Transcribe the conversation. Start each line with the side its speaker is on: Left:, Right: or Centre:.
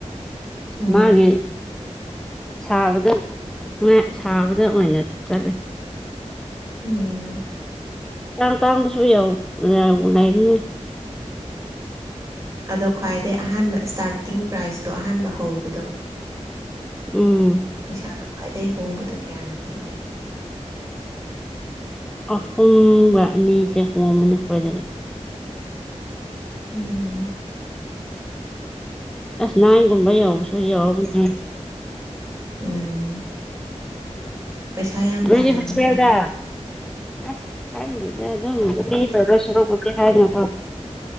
Right: ꯎꯝ
Centre: ꯃꯥꯒꯤ꯫ ꯁꯥꯕꯗ ꯁꯥꯕꯗ ꯑꯣꯏꯅ ꯆꯠꯂꯦ꯫
Right: ꯑ <unintelligible>
Centre: ꯑꯥꯇꯥꯡ ꯑꯇꯥꯡꯕꯁꯨ ꯌꯥꯎ ꯂꯩꯕꯅꯤ꯫
Right: ꯑꯗꯣ ꯈ꯭ꯋꯥꯏꯗꯩ ꯑꯍꯥꯟꯕ ꯏꯁꯇꯥꯔꯇꯤꯡ ꯄ꯭ꯔꯥꯏꯖꯇꯣ ꯑꯍꯥꯟꯕ ꯍꯧꯕꯗꯣ꯫
Centre: ꯎꯝ꯫
Right: ꯄꯩꯁꯥꯗꯣ ꯈ꯭ꯋꯥꯏꯗꯒꯤ ꯍꯣꯡꯕꯗꯣ ꯀꯌꯥꯅ ꯑꯣꯏꯒꯦ꯫
Centre: ꯑꯍꯨꯝꯒ ꯑꯅꯤꯁꯦ ꯍꯣꯡꯝꯅꯤ ꯈꯣꯗꯗꯤ꯫
Right: ꯎꯝ꯫
Centre: ꯑꯁ ꯅꯥꯏꯟ ꯒꯨꯝꯕ ꯌꯧꯕꯁꯨ ꯌꯧꯔꯝꯈꯤꯔꯣꯏ꯫
Right: ꯎꯝ꯫ ꯄꯩꯁꯥ ꯌꯥꯝ
Centre: ꯅꯣꯏꯗꯤ
Right: ꯇꯥꯜꯂꯝꯅꯤꯗ
Centre: ꯍꯣꯁꯄꯦꯜꯗ꯫ ꯑ ꯈꯥꯏꯗꯦꯗ ꯑꯗꯨꯝ ꯃꯤꯅ ꯇꯧꯗꯣꯏ ꯁꯔꯣꯛꯄꯨ꯫ ꯍꯥꯏꯅꯀꯣ꯫